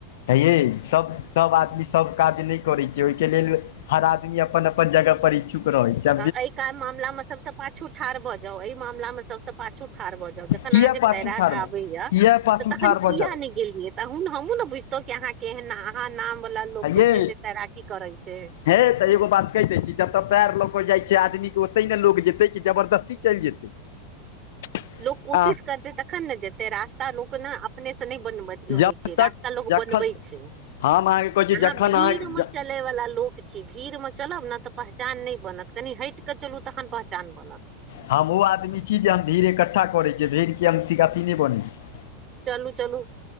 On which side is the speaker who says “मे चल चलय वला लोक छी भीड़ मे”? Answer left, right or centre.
Right